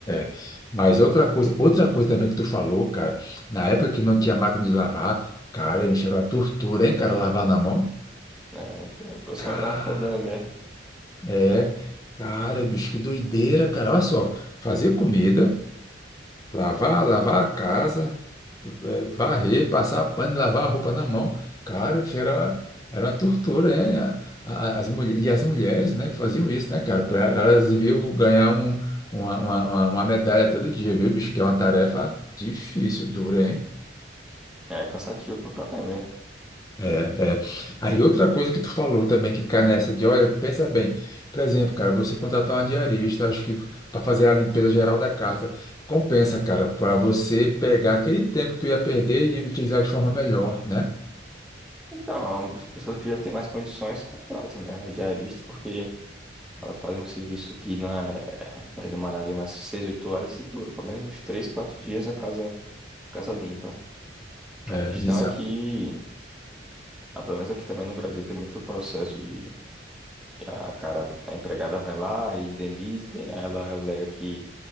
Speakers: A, on the left; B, in the centre.
A: é. Mas outra coisa, outra coisa também que tu falou, cara, na época que não tinha máquina de lavar, cara, bicho, era a tortura, hein, cara, lavar na mão.
B: É, o pessoal
A: Cara,
B: tava fedendo mesmo.
A: é, cara, bicho, que doideira, cara. Olha só, fazer comida. Lavar, lavar a casa, eh, varrer, passar pano, lavar a roupa na mão. Cara, isso era, era uma tortura, né? A- a- As mulher, e as mulheres, né, que faziam isso, né, cara? Pra- Elas deviam ganhar um, uma, uma, uma- uma medalha todo dia, viu, bicho? Que é uma tarefa difícil, dura, hein?
B: É cansativo pra caralho mesmo.
A: É, é. Aí outra coisa que tu falou também que cai nessa de, olha, pensa bem, por exemplo, cara, você contratar uma diarista, acho que para fazer a limpeza geral da casa, compensa, cara, para você pegar aquele tempo que tu ia perder e utilizar de forma melhor, né?
B: Então, as pessoas que já têm mais condições contratam, né? A diarista, porque elas fazem um serviço que não é. Vai demorar ali mais 6, 8 horas e dura pelo menos uns 3, 4 dias a casa, casa limpa.
A: É,
B: A questão
A: exato.
B: é que, ah, pelo menos aqui também no Brasil, tem muito processo de A cara, a empregada vai lá e demitem, aí ela alega que